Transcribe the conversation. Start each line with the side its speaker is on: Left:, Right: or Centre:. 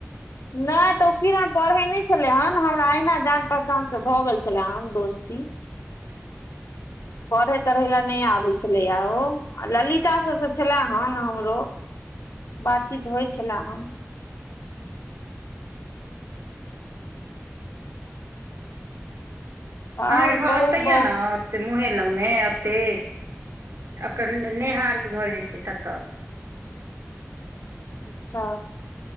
Left: नहि तऽ ओ किरन पढ़ै नहि छलै हेन, हमरा अहिना जान पहचान से भऽ गेल छलै हन दोस्ती।
Right: <inaudible>
Left: पढ़े तढ़ै ल नहि आबै। छलेया ओ ललिता सबके छले हन हमरो बातचीत होइत छल हम
Right: अहाँके
Left: आओर
Right: के घर
Left: कहू
Right: एते यए
Left: बहु
Right: ने? मुँहे लग मे एते, अन नेहहार के घर जे छै ततऽ।
Left: अच्छा